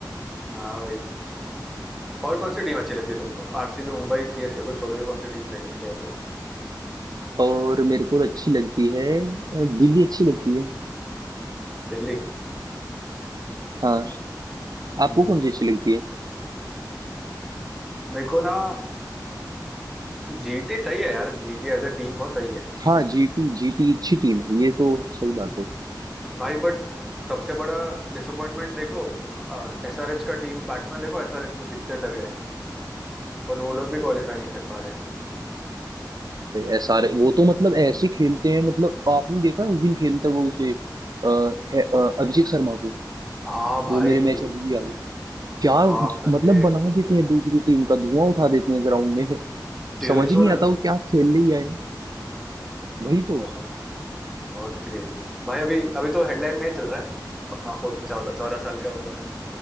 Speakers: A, in the centre; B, on the right.
A: हाँ भाई और कौन सी टीम अच्छी लगती है तुमको आरसीबी मुंबई सीएसके को छोड़ के कौन सी टीम सही लगती है आईपीएल में
B: और मेरे को अच्छी लगती है अ, दिल्ली अच्छी लगती है
A: दिल्ली
B: हाँ आपको
A: हम्म
B: कौन सी अच्छी लगती है
A: मेरे को ना जीटी सही है यार जीटी एज अ टीम बहुत सही है
B: हाँ जीटी जीटी अच्छी टीम है ये तो सही
A: हम्म।
B: बात है
A: भाई बट सबसे बड़ा डिसअपॉइंटमेंट देखो एसआरएच का टीम बैट्समैन देखो एसआरएच में कितने तगड़े हैं पर वो लोग भी क्वालिफाई नहीं कर पा रहे
B: एस आर वो तो मतलब ऐसे खेलते हैं मतलब आपने देखा उस दिन खेलता वो उसे अ, है, अ, अभिषेक शर्मा को
A: हाँ भाई
B: वो मेरे मैच अभी भी याद है क्या
A: बाप
B: मतलब
A: रे
B: बना देते हैं दूसरी टीम का धुआं उठा देते हैं ग्राउंड में <laughs>
A: डेढ़
B: समझ ही
A: सौ
B: नहीं
A: रन
B: आता वो क्या खेलने ही आए हैं। वही तो
A: बहुत बहुत क्रेजी भाई अभी अभी तो हेडलाइन में ही चल रहा है अपना फोर्ट चौदह चौदह साल का बंदा